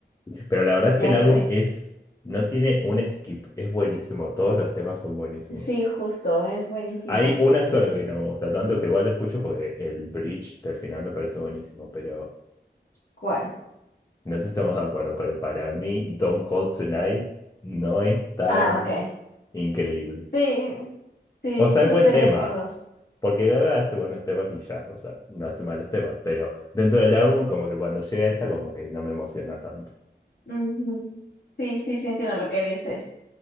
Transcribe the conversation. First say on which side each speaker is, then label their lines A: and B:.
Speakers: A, on the left; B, on the left.
A: Pero la verdad es
B: ya
A: que el
B: sé.
A: álbum es. No tiene un skip, es buenísimo. Todos los temas son buenísimos.
B: Sí, justo, es buenísimo.
A: Hay una sola que no me gusta tanto, que igual lo escucho porque el bridge del final me parece buenísimo, pero
B: ¿Cuál?
A: no sé si estamos de acuerdo, pero para mí Don't Call Tonight no es tan
B: Ah, ok.
A: increíble.
B: Sí, sí,
A: O sea,
B: sí
A: es
B: estoy
A: buen tema,
B: de acuerdo.
A: porque Gaga hace buenos temas y ya, o sea, no hace malos temas, pero dentro del álbum como que cuando llega esa como que no me emociona tanto.
B: Ujú. Sí, sí, sí entiendo lo que dices.